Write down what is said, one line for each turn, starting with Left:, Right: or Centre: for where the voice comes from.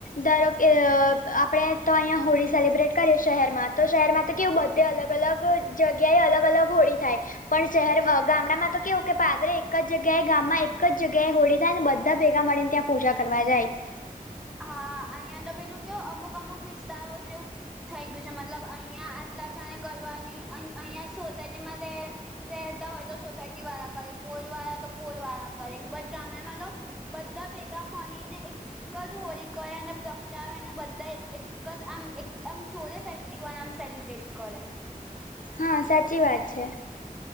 Left: ધારો કે અ આપડે તો અઈયા હોળી સેલિબ્રેટ કરીએ શહેરમાં તો શહેરમાં તો કેવું બધે અલગ અલગ જગ્યાએ અલગ અલગ હોળી થાય પણ શહેરમાં ગામડામાં તો કેવું કે પાદરે એક જ જગ્યાએ ગામમાં એક કજ જગ્યાએ હોળી થાય ને બધા ભેગા મળીને ત્યાં પૂજા કરવા જાય.
Centre: હા અઈયાં તો પેલું કેવુ અમુક અમુક વિસ્તારો જેવું થઈ ગયું છે મતલબ અઇયાં આટલા જણે કરવાની અહ અહિયા સોસાયટી માં તે રહેતા હોય તો સોસાયટી વાળા કયે પોલ વાળા તો પોલ વાળા કયે બટ ગામડામાં તો બધા ભેગા મળીને એક જ હોલી કરેને પ્રગડાવે ને બધા એક કજ આમ એક આમ ચોલે ફેસ્ટિવલ આમ સેલિબ્રેટ કરે.
Left: હા સાચી વાત છે.